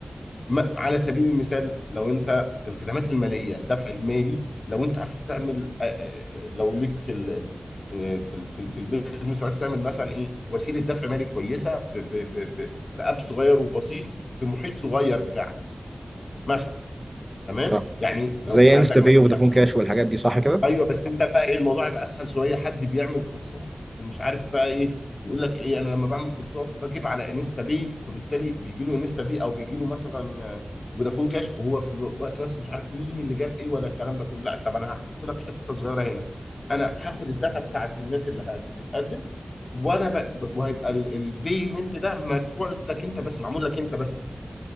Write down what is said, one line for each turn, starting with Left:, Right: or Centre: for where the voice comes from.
Left: ما على سبيل المثال لو انت الخدمات الماليه الدفع المالي لو انت عرفت تعمل آه، آه، لو ليك في ال آه، في ال في, ال- في البيزنس وعرفت تعمل مثلا ايه وسيله دفع مالي كويسه ب ب ب ب باب صغير وبسيط في محيط صغير بتاعك مثلا تمام
Right: صح
Left: يعني لو
Right: زي
Left: انت عندك
Right: انستا باي
Left: مثلا
Right: وفودافون
Left: حد فيه
Right: كاش والحاجات دي صح كده؟
Left: ايوه بس انت بقى ايه الموضوع يبقى اسهل شويه حد بيعمل كورسات ومش عارف بقى ايه يقول لك ايه انا لما بعمل كورسات بجيب على انستا باي فبالتالي بيجي له انستا باي او بيجي له مثلا آه، فودافون كاش وهو في الوقت نفسه مش عارف مين اللي جاب ايه ولا الكلام ده كله لا طب انا هحط لك حته صغيره هنا انا هاخد الداتا بتاعت الناس اللي هت- بتقدم وانا ب... وهيبقى البيمنت ده مدفوع لك انت بس معمول لك انت بس